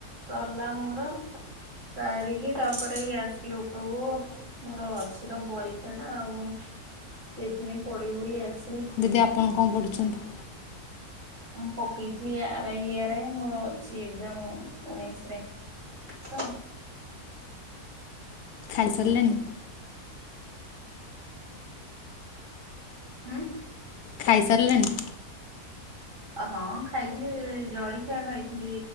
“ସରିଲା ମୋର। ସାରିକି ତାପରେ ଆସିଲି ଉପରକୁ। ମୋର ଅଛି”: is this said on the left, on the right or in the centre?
Right